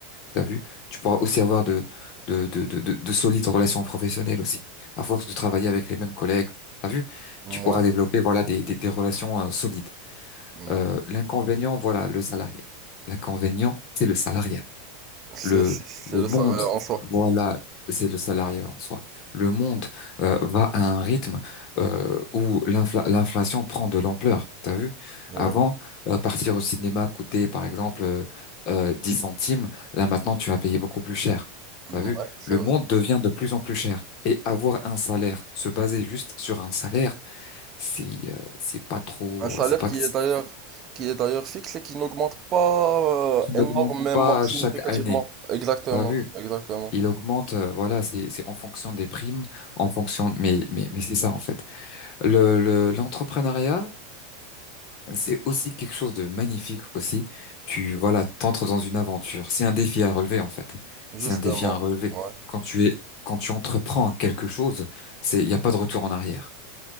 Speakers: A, on the left; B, on the right.
A: t'as vu? Tu pourras aussi avoir de, de, de, de, de, de solides relations professionnelles aussi, à force de travailler avec les mêmes collègues. T'as vu?
B: Ouais.
A: Tu pourras développer, voilà, des, des, des relations euh, solides.
B: Ouais.
A: Euh, l'inconvénient, voilà, le salariat. L'inconvénient, c'est le salariat
B: C'est
A: le
B: c'est- c'est
A: le
B: le
A: monde,
B: Sahara en soi.
A: voilà, c'est le salariat en soi. Le monde euh, va à un rythme euh, où l'infla- l'inflation prend de l'ampleur. T'as vu?
B: Ouais.
A: Avant, euh, partir au cinéma coûtait par exemple euh, euh, 10 centimes. Là maintenant, tu vas payer beaucoup plus cher.
B: Ouais,
A: T'as vu?
B: c'est
A: Le
B: vrai.
A: monde devient de plus en plus cher. Et avoir un salaire, se baser juste sur un salaire, c'est euh, c'est pas trop,
B: Un salaire
A: c'est pas,
B: qui est d'ailleurs qui est d'ailleurs fixe et qui n'augmente pas
A: qui
B: euh,
A: n'augmente
B: énormément,
A: pas
B: significativement.
A: chaque année.
B: Exactement,
A: T'as vu?
B: exactement.
A: il augmente, euh, voilà, c'est c'est en fonction des primes, en fonction, mais mais mais c'est ça en fait. Le le l'entrepreneuriat, c'est aussi quelque chose de magnifique aussi. Tu voilà, t'entres dans une aventure. C'est un défi à relever en fait.
B: Justement.
A: C'est un défi à relever.
B: Ouais.
A: Quand tu es quand tu entreprends quelque chose, c'est il y a pas de retour en arrière.